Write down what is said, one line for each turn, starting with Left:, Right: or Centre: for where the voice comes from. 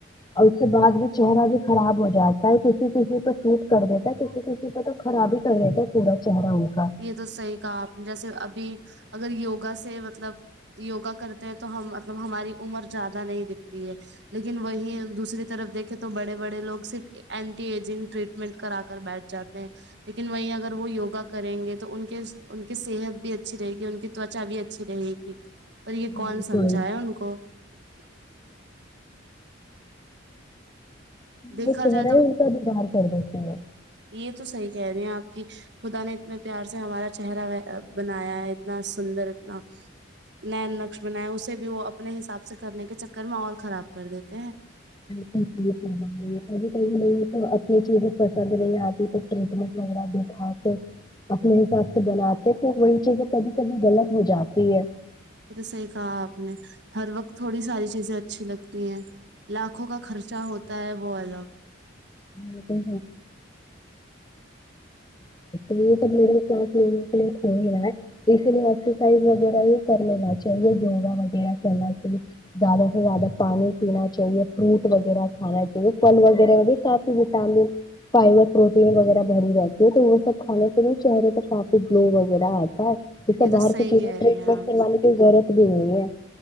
Left: اور اس کے بعد بھی چہرہ بھی خراب ہو جاتا ہے کسی کسی کو یٹ کر دیتا کسی کسی کو تو خراب ہی کر لیتا ہے پورا چہرہوں کا
Right: یہ تو صحی کہا جیسے ابھی اگر یوگا سے مطلب یوگا کرتے ہیں تو ہم مطلب ہماری عمر زیادہ نہیں دکھتی ہے لیکن وہی دوسری طرف دیکھے تو بڑے بڑے لوگ صرف اینٹی ایجنگ ٹریٹمنٹ کرا کر بیٹھ جاتے ہیں لیکن وہی اگر وہ یوگا کریں گے تو ان کے ان کی صحت بھی اچھی رہے گی ان کی تچا بھی اچھی رہے گی اور یہ
Left: بالکل
Right: کون سمجھا ہے ان کو <unintelligible> دیکھا
Left: یہ چہرہ
Right: جائے تو
Left: ہی ان کا بیگار کر دیتی ہے
Right: یہ تو صحیح کہہ رہی ہیں آپ کی خدا نے اتنے پیار سے ہمارا چہرہ بنایا ہے اتنا سندر اتنا ن نقش بنایا اسے بھی وہ اپنے حساب سے کرنے کے چکر میں اور خراب کر دیتے ہیں
Left: بکل کب ک ل تو اپنی چیز پسند نہیں آ ٹٹمنٹ وغیرہ دکھا کے اپنے سخ بناتے تو وہی چیزیں کبھی کبھی غلط ہو جاتی ہے
Right: یہ تو صحیح کہا آپ نے ہر وقت تھوڑی ساری چیزیں اچھی لگتی ہیں لاکھوں کا خرچہ ہوتا ہے وہ الگ
Left: اتے یہ سب مڈل کلاس لوگوں کے لیے تھو رہا ہے اسی لیے ایکسرسائز وغیرہ ہی کر لینا چاہیے یوگا وغیرہ کرنا چاہیے زیادہ سے زیادہ پانی پینا چاہیے فروٹ وغیرہ کھانا چاہیے پھل وغیرہ بھی کافی وٹامن فائبر پروٹین وغیرہ بری رہتی ہے تو وہ سب کھانے کے لیے چہرے پہ کافی گلو وغیرہ آتا ہے جیس
Right: یہ تو
Left: باہر
Right: صحیح
Left: کی چیزیں
Right: کہہ
Left: ٹریٹمنٹ
Right: رہی ہیں آپ
Left: کروے کی ضرورت اب نہیں ہے